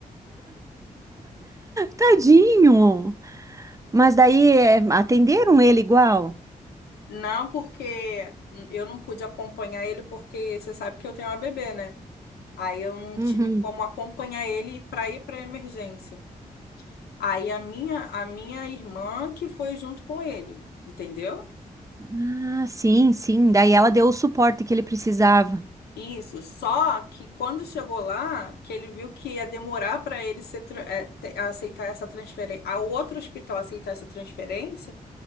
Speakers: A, on the right; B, on the left.
A: Tadinho! Mas daí é, atenderam ele igual?
B: Não, porque eu não pude acompanhar ele, porque você sabe que eu tenho uma bebê, né? Aí eu não
A: Uhum.
B: tive como acompanhar ele para ir para emergência. Aí a minha, a minha irmã que foi junto com ele, entendeu?
A: Ah, sim, sim. Daí ela deu o suporte que ele precisava.
B: Isso. Só que quando chegou lá, que ele viu que ia demorar para ele ser, tra- é, te- aceitar essa transferência, a outro hospital aceitar essa transferência,